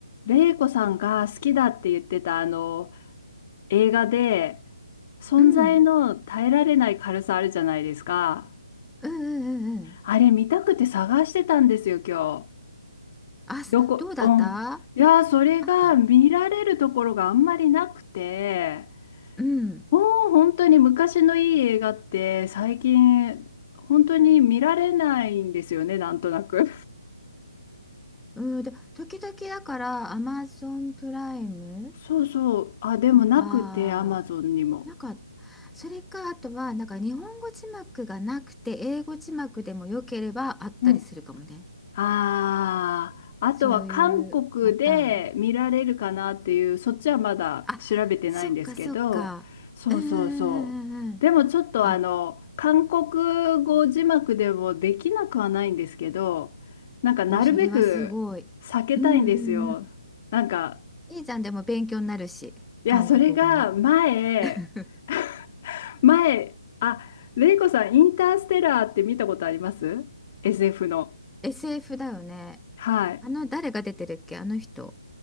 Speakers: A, on the left; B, in the centre.
A: レイコさんが好きだって言ってたあの映画で存在の耐えられない軽さあるじゃないですか。
B: うん、うんうんうんうん。
A: あれ見たくて探してたんですよ、今日。
B: あ、すどうだったあ
A: どこ、うん。いやー、それが見られるところがあんまりなくて、
B: ったうん。
A: もう本当に昔のいい映画って最近本当に見られないんですよね、なんとなく。
B: うん、で、時々だから、アマゾンプライム
A: そうそう。あ、でもなくて、
B: とか、
A: アマゾンにも。
B: なんか、それか、あとは、なんか日本語字幕がなくて、英語字幕でも良ければあったりするかもね。
A: うんああ、あとは韓国で見られるかなっていう、
B: そういうパターン。
A: そっちはまだ調べてないんですけど、
B: あ、そっかそっか。
A: そうそうそう。
B: うんうんうんうんうん。
A: でもちょっとあの、
B: あ、
A: 韓国語字幕でもできなくはないんですけど、なんかなるべく避けたいんですよ。
B: お、それはすごい。うんうんうん。
A: なんか、
B: いいじゃん、でも勉強になるし、
A: いや、
B: 韓国語の。
A: それが前、
B: <laughs>
A: <laughs> 前、あ、レイコさん、インターステラーって見たことあります ?SF の。
B: SF だよね。
A: はい。
B: あの、誰が出てるっけあの人。